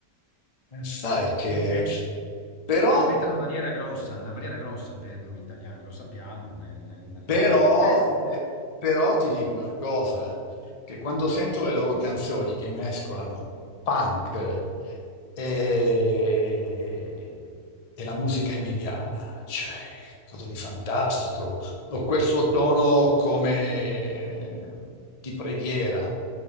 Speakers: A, on the left; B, on the left.
A: sai che...
B: Che è
A: Però
B: chiaramente una barriera grossa, una barriera grossa per noi italiani, lo sappiamo, non è, non è nulla di
A: Però,
B: nuovo, però...
A: eh, però ti dico una cosa, che quando sento le loro canzoni che mescolano punk e, e la musica emiliana, cioè cosa di fantastico, o quel
B: Eh
A: suo
B: sì.
A: tono come di preghiera,